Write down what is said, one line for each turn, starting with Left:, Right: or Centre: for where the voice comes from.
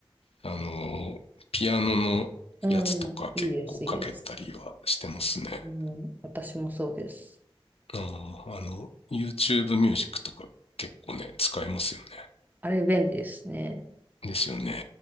Left: あの、ピアノのやつとか結構かけたりはしてますね。
Right: うん、いいです、いいです。うん、私もそうです。
Left: あーあの、YouTube ミュージックとか結構ね、使えますよね。
Right: あれ便利ですね。
Left: ですよね。